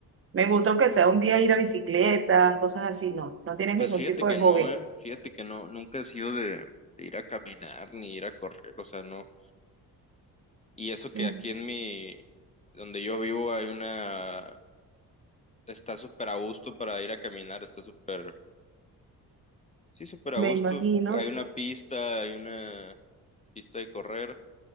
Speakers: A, on the right (about 35°); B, on the left (about 20°).
A: me gusta aunque sea un día ir a bicicleta, cosas así, no, no tienes
B: Pues
A: ningún
B: fíjate
A: tipo
B: que
A: de
B: no,
A: hobby.
B: eh. Fíjate que no, nunca he sido de, de ir a caminar ni ir a correr, o sea, no. Y eso que
A: Mm,
B: aquí en mi, donde yo vivo hay una, está súper a gusto para ir a caminar, está súper, sí, súper
A: Me
B: a gusto.
A: imagino,
B: Hay una pista, hay una pista de correr,